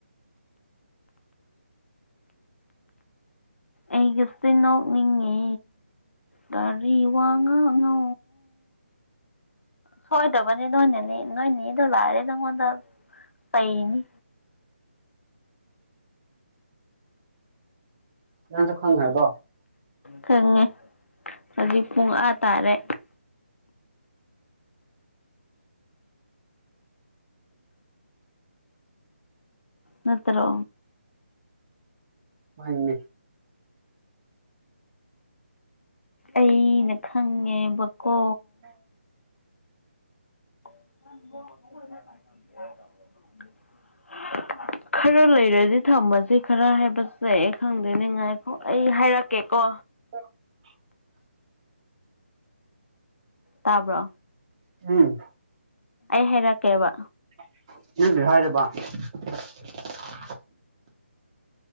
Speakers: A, on the left (about 85°); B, on the right (about 25°).
A: ꯑꯩꯒꯁꯦ ꯅꯣꯛꯅꯤꯡꯉꯦ ꯀꯔꯤ ꯋꯥꯉꯪꯅꯣ ꯁꯣꯏꯗꯕꯅꯤ ꯅꯣꯏꯅꯅꯤ ꯅꯣꯏꯅꯤꯗꯣ ꯂꯥꯛꯔꯦ ꯅꯪꯉꯣꯟꯗ ꯑꯩꯅꯤ
B: ꯅꯪꯁꯨꯣ ꯈꯪꯒꯔꯕꯣ
A: ꯈꯪꯉꯦ ꯍꯧꯖꯤꯛ ꯄꯨꯡ ꯑꯥ ꯇꯥꯔꯦ ꯅꯠꯇ꯭ꯔꯣ
B: ꯃꯥꯅꯦ
A: ꯑꯩꯅ ꯈꯪꯉꯦꯕꯀꯣ
B: <unintelligible>
A: <unintelligible> ꯈꯔ ꯂꯩꯔꯗꯤ ꯊꯝꯃꯁ ꯈꯔ ꯍꯥꯏꯕꯁꯦ ꯑꯩ ꯈꯪꯗꯦꯅꯤ ꯉꯥꯏꯈꯣ ꯑꯩ ꯍꯥꯏꯔꯛꯀꯦꯀꯣ
B: <unintelligible>
A: ꯇꯥꯕ꯭ꯔꯣ
B: ꯎꯝ
A: ꯑꯩ ꯍꯥꯏꯔꯛ ꯀꯦꯕꯥ
B: <unintelligible>